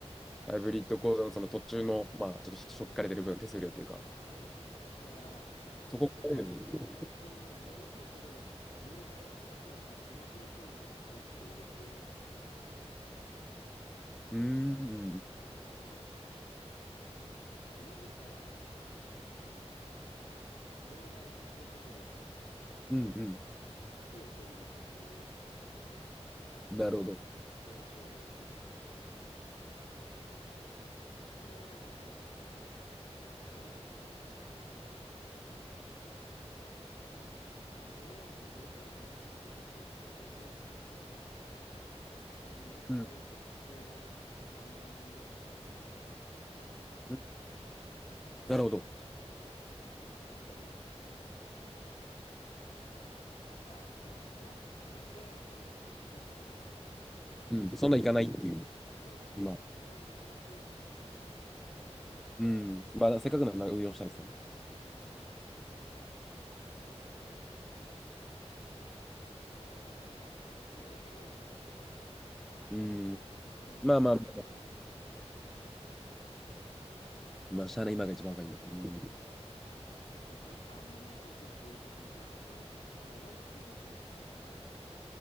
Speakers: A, in the centre; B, on the left.
A: ハイブリッド講座のその途中の、まあ、ちょっとしょっぴかれてる分、手数料というか、
B: そう。だから、
A: そこからだよね。
B: レボリュートで換金、レボリュートで両替をした方がスマプロポイントが入っているという、
A: うーん、うん、
B: あの、なぜか両替をすることで
A: うん、う
B: 増えているっていう
A: ん。なるほど。
B: 現象が起きる。これはね、結構ありだと思いますね。で、とりあえず V ポイントも溜まってたし、スマプロポイントも移しちゃって、一旦もう一回ソックスを3000円ぐらい買い直したんだよね。
A: うん、
B: 大した額じゃないけど。
A: うん。なるほど。
B: そう、ポイントでね。うん。なんか、その、ほら、ソラッシュドエアのためにポイント取ってたけどさ、
A: うん。そんないかないっていう、
B: そう、だし、
A: 今。
B: なんかそのままずっと持ち続けてるのもったいないなと思って。
A: うん。まあ、せっかくなら運用したいですよね。
B: そうそうそう。と思い。特にまあ今のそう、ちょっとね、考えるの遅かったよね。
A: うん。
B: もうちょい前に考えてれば、
A: まあまあまあ、
B: それだけで全然違ったんだけど。
A: まあ、しゃあない今が一番若いんだけど。うん。
B: そう。で、その還元率っていうところでいくと、これ俺も気づいてなかったんだけど、